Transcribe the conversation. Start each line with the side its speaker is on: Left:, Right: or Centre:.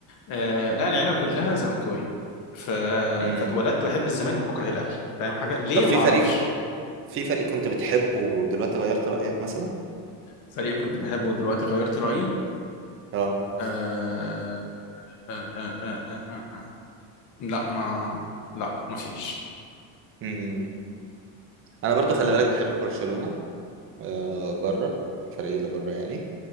Left: آه لا العيله كلها زملكاويه ف...
Right: امم
Left: فاتولدت بحب الزمالك وبكره الاهلي فاهم حاجه ليه
Right: طب في
Left: ما اعرفش
Right: فريق في فريق كنت بتحبه ودلوقتي غيرت رأيك مثلا
Left: فريق كنت بحبه ودلوقتي غيرت رايي
Right: اه
Left: آه... آه... آه... آه... آه... آه... آه. لا ما لا ما فيش
Right: امم انا برضو خلي بالك بحب برشلونة آه بره الفريق اللي بره يعني